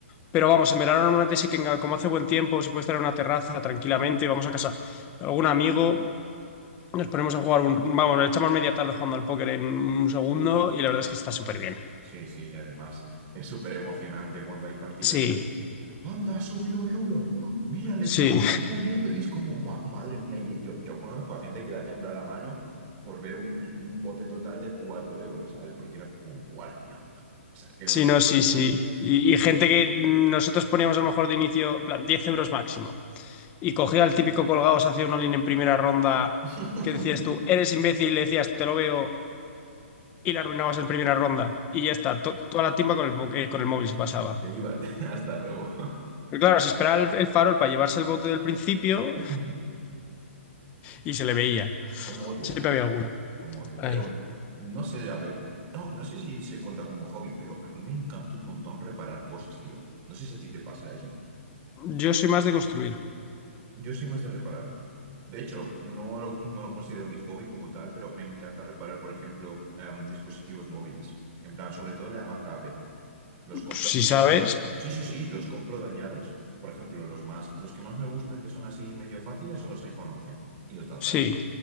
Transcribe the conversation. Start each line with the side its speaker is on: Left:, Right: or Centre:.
Left: Pero vamos, en verano normalmente sí que en- como hace buen tiempo se puede estar en una terraza tranquilamente, vamos a casa de algún amigo, nos ponemos a jugar un, vamos, echamos media tarde jugando al póker en un segundo y la verdad es que está súper bien.
Right: Sí, sí, y además es súper emocionante cuando hay partidas.
Left: Sí,
Right: que, ¡Anda, ha subido un euro! ¡Oh! ¡Mira, le
Left: sí.
Right: están, le está yendo! Y es como, "Buah, madre mía, y yo, yo conozco a gente que da tembla la mano por ver un, un- un bote total de 4 euros, ¿sabes? Porque era como, ¡guala! O sea, qué loco.
Left: Sí, no, sí, sí. Y, y gente que nosotros poníamos a lo mejor de inicio, en plan, 10 euros máximo. Y cogía al típico colgado, se hacía una línea en primera ronda
Right: <laughs>
Left: que decías tú, eres imbécil, y le decías, te lo veo, y la arruinabas en primera ronda. Y ya está, to- toda la timba con el, bo- eh, con el móvil se pasaba.
Right: Y te ibas, <laughs> hasta luego.
Left: Pero claro, se esperaba el, el farol para llevarse el bote del principio
Right: <laughs>
Left: y se le veía.
Right: ¿Cómo odio
Left: Siempre
Right: esa gente?
Left: había alguno.
Right: ¿Cómo odio?
Left: Ay.
Right: Pero no sé, a ver, no, no sé si se cuenta como hobby, pero a mí me encanta un montón reparar cosas, tío. No sé si a ti te pasa eso.
Left: Yo soy más de construir.
Right: Yo soy más de reparar. De hecho, no lo, no lo considero mi hobby como tal, pero me encanta reparar, por ejemplo, em, dispositivos móviles. En plan, sobre todo de la marca Apple. Los compro
Left: Si
Right: aquí.
Left: sabes,
Right: Sí, sí, sí, los compro dañados. Por ejemplo, los más, los que más me gustan, que son así medio fáciles, son los iPhone 11 y los de atrás.
Left: sí.